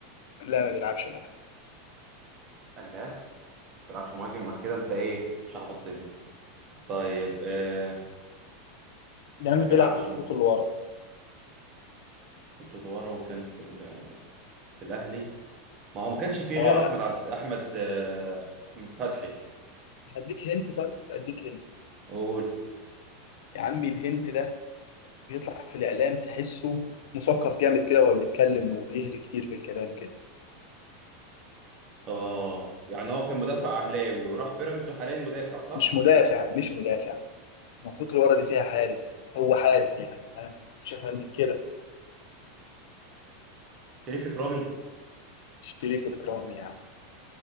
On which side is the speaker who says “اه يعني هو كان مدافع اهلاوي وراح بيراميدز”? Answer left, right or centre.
Right